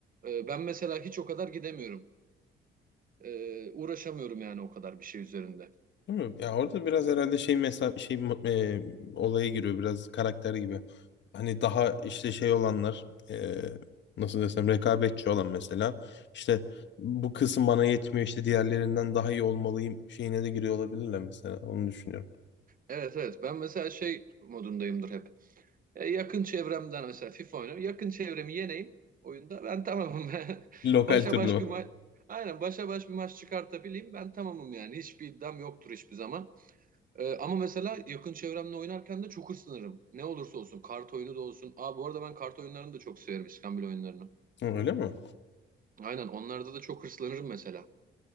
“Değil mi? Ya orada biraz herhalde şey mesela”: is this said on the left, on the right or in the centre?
Left